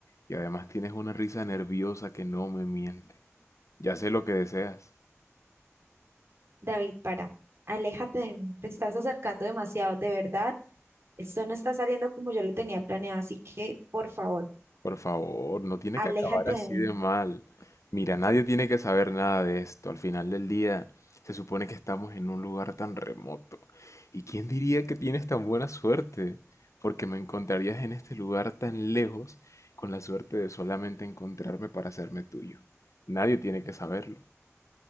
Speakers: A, on the left (about 80°); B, on the right (about 60°).
A: Y además tienes una risa nerviosa que no me miente. Ya sé lo que deseas.
B: David, para, aléjate de mí. Te estás acercando demasiado, de verdad. Esto no está saliendo como yo lo tenía planeado, así que, por favor,
A: Por favor, no tiene
B: aléjate
A: que acabar así
B: de mí.
A: de mal. Mira, nadie tiene que saber nada de esto. Al final del día, se supone que estamos en un lugar tan remoto. ¿Y quién diría que tienes tan buena suerte? Porque me encontrarías en este lugar tan lejos con la suerte de solamente encontrarme para hacerme tuyo. Nadie tiene que saberlo.